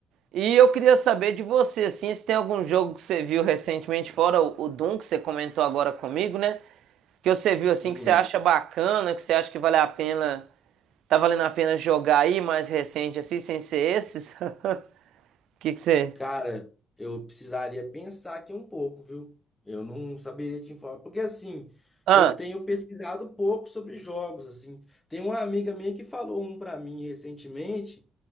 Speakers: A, on the right; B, on the left.
A: E eu queria saber de você, assim, se tem algum jogo que você viu recentemente, fora o, o Doom, que você comentou agora comigo, né? Que você viu, assim,
B: Uhum.
A: que você acha bacana, que você acha que vale a pena, tá valendo a pena jogar aí mais recente, assim, sem ser esses? <laughs> O Que que você...
B: Cara, eu precisaria pensar aqui um pouco, viu? Eu não saberia te informar, porque assim,
A: Ah,
B: eu tenho pesquisado pouco sobre jogos assim. Tem uma amiga minha que falou um pra mim recentemente,